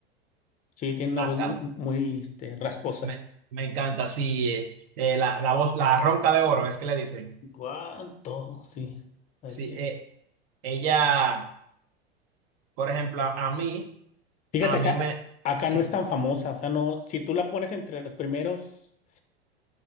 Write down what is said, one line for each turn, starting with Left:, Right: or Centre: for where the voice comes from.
Left: Sí, tiene una
Right: acá.
Left: voz muy, muy, este, rasposa.
Right: Me, me encanta, sí, eh, eh, la, la voz, la ronca de oro, es que le dicen.
Left: ¿Cuánto? Sí, daría.
Right: Sí, eh, ella, por ejemplo, a, a mí,
Left: Fíjate
Right: a mí
Left: acá,
Right: me,
Left: acá
Right: sí,
Left: no es tan famosa, o sea, no, si tú la pones entre los primeros,